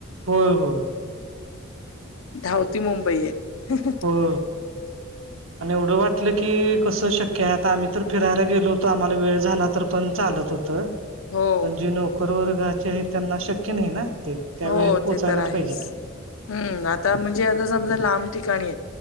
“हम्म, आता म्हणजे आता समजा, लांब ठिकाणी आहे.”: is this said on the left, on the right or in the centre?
Left